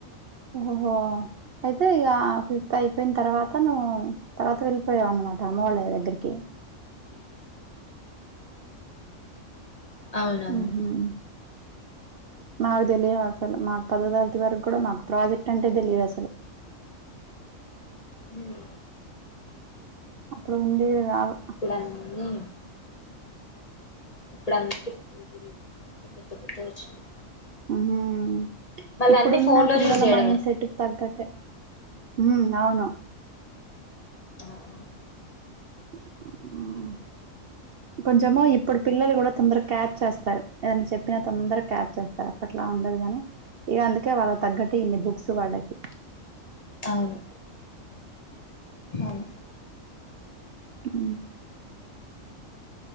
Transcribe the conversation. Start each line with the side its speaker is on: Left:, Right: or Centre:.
Right: ఓహోహో అయితే ఇగా ఫిఫ్త్ అయిపోయిన తర్వాత తను తర్వాత వెళ్ళిపోయావు అన్నమాట అమ్మ వాళ్ళ దగ్గరికి
Left: అవునవును
Right: హూ హమ్ నాకు తెలియదు మా పదో తరగతి వరకు కూడా మాకు ప్రాజెక్ట్ అంటే తెలియదు అసలు
Left: ఉమ్.
Right: అప్పుడు ఉండేది కాదు
Left: ఇప్పుడన్నీ ఇప్పుడు అందుకక్టివిటీలు అని కొత్త కొత్త వచ్చినాయి <unintelligible>
Right: హు హామ్
Left: మళ్ళ
Right: ఇప్పుడున్న
Left: అన్ని ఫోన్ లో
Right: పిల్లల
Left: చూసి చేయడమే
Right: మైండ్ సెట్ కి తగ్గట్టె ఉం అవును
Left: ఆహ్
Right: ఆ కొంచము ఇప్పుడు పిల్లలు కూడా తొందరగా క్యాచ్ చేస్తారు ఏదైనా చెప్పినా తొందరగా క్యాచ్ చేస్తారు అప్పట్లా ఉండదు గాని ఇగ అందుకే వాళ్ళ తగ్గట్టు ఇన్ని బుక్స్ వాళ్ళకి
Left: అవును అవును
Right: ఉ